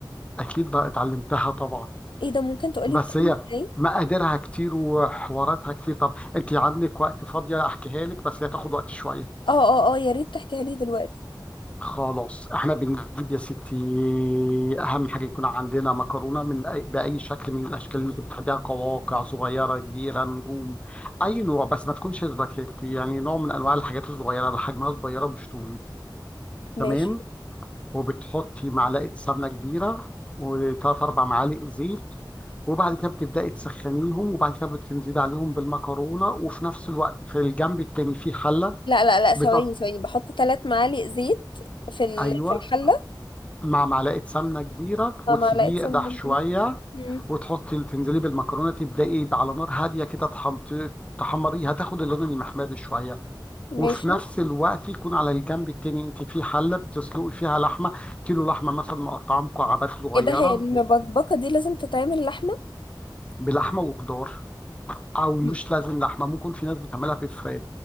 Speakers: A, on the left; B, on the left.
A: اكيد بقى اتعلمتها طبعا
B: ايه ده ممكن تقولي
A: بس
B: بتعمل
A: هي
B: ازاي
A: مقاديرها كتير وحواراتها كتير طب انت عندك وقت فاضيه احكيها لك بس هي تاخد وقت شويه
B: اه اه اه يا ريت تحكيها لي دلوقتي
A: خلاص احنا بنجيب يا ستي اهم حاجه يكون عندنا مكرونه من أي باي شكل من الاشكال اللي انت بتحبيها قواقع صغيره كبيره نجوم اي نوع بس ما تكونش سباكيتي يعني نوع من انواع الحاجات الصغيره اللي حجمها صغيره مش طويل
B: ماشي
A: تمام وبتحطي معلقه سمنه كبيره وثلاث اربع معالق زيت وبعد كده بتبداي تسخنيهم وبعد كده بتنزلي عليهم بالمكرونه وفي نفس الوقت في الجنب التاني في حله
B: لا لا لا ثواني
A: بتقط...
B: ثواني بحط ثلاث معالق زيت في ال...
A: ايوه
B: في الحله
A: مع معلقه سمنه كبيره
B: مع
A: وتسيبيه
B: معلقه سمنه
A: يقدح شويه
B: دي مم.
A: وتحطي تنزلي بالمكرونه تبداي على نار هاديه كده تحم... ت- تحمريها تاخد اللون المحمر شويه
B: ماشي
A: وفي نفس الوقت يكون على الجنب التاني انت في حله بتسلقي فيها لحمه كيلو لحمه مثلا مقطعه مكعبات صغيره
B: ايه ده هي المبكبكه
A: و-
B: دي لازم تتعمل لحمه
A: بلحمه وخضار او مش
B: مم.
A: لازم لحمه ممكن في ناس بتعملها بفراخ